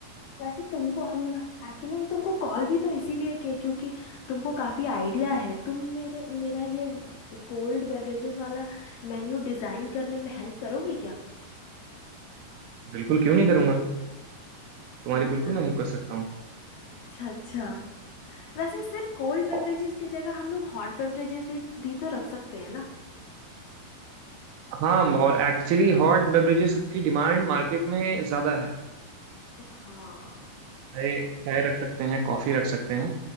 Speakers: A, on the left; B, on the right.
A: वैसे तुमको हम एक्चुअली हम तुमको कॉल भी तो इसीलिए किए क्योंकि तुमको काफी आइडिया है तुम मेरे मेरा ये कोल्ड बेवरेजेस वाला मेन्यू डिजाइन करने में हेल्प करोगे क्या
B: बिल्कुल क्यों नहीं करूंगा तुम्हारी
A: अच्छा
B: बिल्कुल मैं हेल्प कर सकता हूँ
A: अच्छा अच्छा वैसे सिर्फ कोल्ड बेवरेजेस
B: और-
A: की जगह हम लोग हॉट बेवरेजेस भी भी तो रख सकते हैं ना
B: हाँ और एक्चुअली हॉट बेवरेजेस की डिमांड मार्केट में ज़्यादा है
A: हाँ
B: चाय चाय रख सकते हैं कॉफ़ी रख सकते हैं